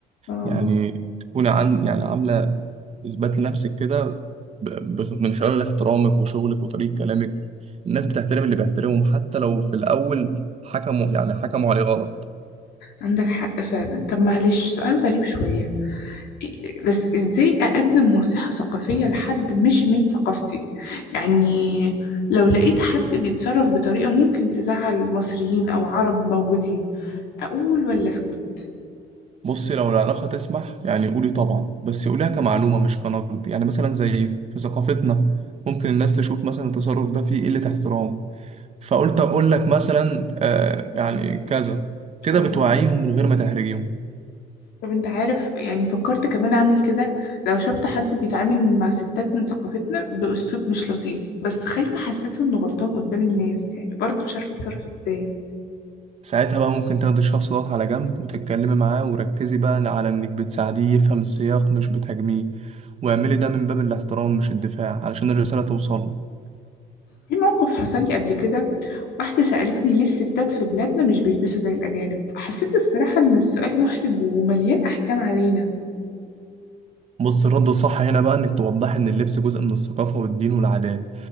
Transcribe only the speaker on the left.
آه.
عندك حق فعلا طب معلش سؤال غريب شوية إيه- بس ازاي اقدم نصيحة ثقافية لحد مش من ثقافتي يعني لو لقيت حد بيتصرف بطريقة ممكن تزعل مصريين او عرب موجودين اقول ولا اسكت
اه
طب انت عارف يعني فكرت كمان اعمل كده لو شفت حد بيتعامل مع ستات من ثقافتنا باسلوب مش لطيف بس خايفة احسسه انه غلطان قدام الناس يعني برضه مش عارفة اتصرف ازاي
في موقف حصل لي قبل كده واحدة سألتني ليه الستات في بلادنا مش بيلبسوا زي الأجانب حسيت الصراحة إن السؤال محرج ومليان أحكام علينا